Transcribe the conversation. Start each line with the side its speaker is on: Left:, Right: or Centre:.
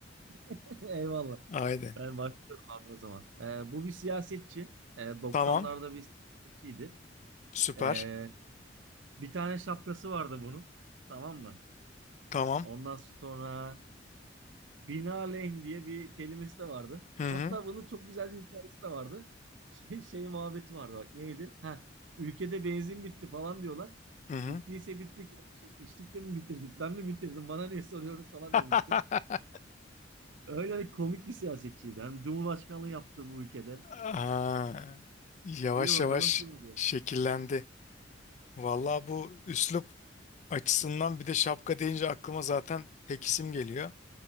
Right: <laughs> Eyvallah.
Left: Haydi.
Right: Ben başlıyorum abi o zaman. Ee, bu bir siyasetçi. Ee, 90'larda
Left: Tamam.
Right: bir siyasetçiydi.
Left: Süper.
Right: Ee, bir tane şapkası vardı bunun. Tamam mı?
Left: Tamam.
Right: Ondan sonra Binaenaleyh diye bir kelimesi de vardı.
Left: Hı hı.
Right: Hatta bunun çok güzel bir hikayesi de vardı. Şey, şey muhabbeti vardı bak neydi? Ha, ülkede benzin bitti falan diyorlar.
Left: Hı hı.
Right: Bittiyse bitti kardeşim. İçtik de mi bitirdik? Ben mi bitirdim? Bana niye soruyorsunuz falan
Left: <laughs>
Right: demişti. Öyle bir komik bir siyasetçiydi. Hem Cumhurbaşkanlığı yaptı bu ülkede.
Left: Ha, yavaş
Right: İyi bakalım
Left: yavaş
Right: kim diye.
Left: şekillendi. Valla bu üslup açısından bir de şapka deyince aklıma zaten tek isim geliyor.